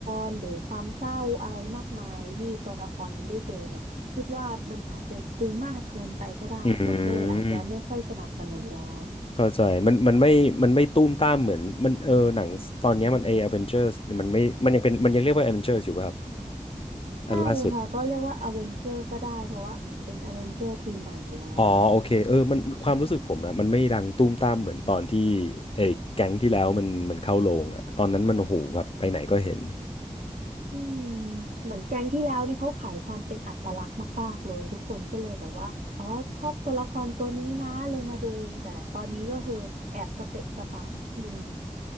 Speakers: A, on the right; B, on the left.
A: รหรือความเศร้าอะไรมากมายที่ตัวละครนี้ได้เจอเนี่ยคิดว่ามันอาจจะดูมากเกินไปก็ได้คนก็เลยอาจจะไม่ค่อยสนับสนุนแล้ว
B: อืมเข้าใจมันมันไม่มันไม่ตุ้มตามเหมือนมันเออหนังตอนเนี้ยมันเออเวนเจอร์สมันไม่มันยังเป็นมันยังเรียกว่าเอเวนเจอร์อยู่ป่ะครับ
A: ใช่ค่ะก็เรียกว่าอเวนเจอร์ก็ได้เพราะว่าเหมือนเป็นอเวนเจอร์ทีมใหม่แล้ว
B: อันล่าสุดอ๋อโอเคเออมันความรู้สึกผมนะมันไม่ดังตุ้มตามเหมือนตอนที่ไอ้แก๊งที่แล้วมันมันเข้าโรงอ่ะตอนนั้นมันโอ้โหแบบไปไหนก็เห็น
A: อืมเหมือนแก๊งที่แล้วนี่เขาขายความเป็นอัตลักษณ์มากๆเลยทุกคนก็เลยแบบว่าอ๋อชอบตัวละครตัวนี้นะเลยมาดูแต่ตอนนี้ก็คือแอบสเปะสปะนิดนึง